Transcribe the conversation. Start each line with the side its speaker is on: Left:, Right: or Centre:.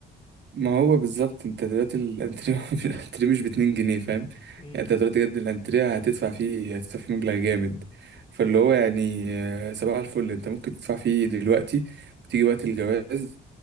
Right: ما هو بالظبط انت دلوقتي الانتريه <laughs> الانتريه مش باتنين جنيه فاهم
Left: <laughs>
Right: يعني انت دلوقتي
Left: امم
Right: بجد الانتريه هتدفع فيه هتدفع فيه مبلغ جامد فاللي
Left: امم
Right: هو يعني آه، صباح الفل انت ممكن تدفع فيه دلوقتي وتيجي وقت الجواز